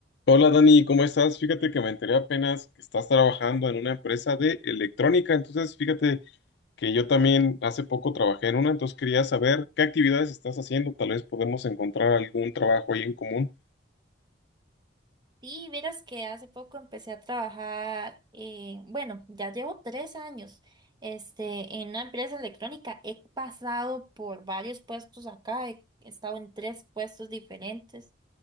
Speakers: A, on the left (about 65°); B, on the right (about 25°).
A: Hola Dani, ¿cómo estás? Fíjate que me enteré apenas que estás trabajando en una empresa de electrónica, entonces fíjate que yo también hace poco trabajé en una, entonces quería saber qué actividades estás haciendo, tal vez podemos encontrar algún trabajo ahí en común.
B: Sí, verás que hace poco empecé a trabajar, eh, bueno, ya llevo tres años, este, en una empresa electrónica. He pasado por varios puestos acá, he estado en tres puestos diferentes,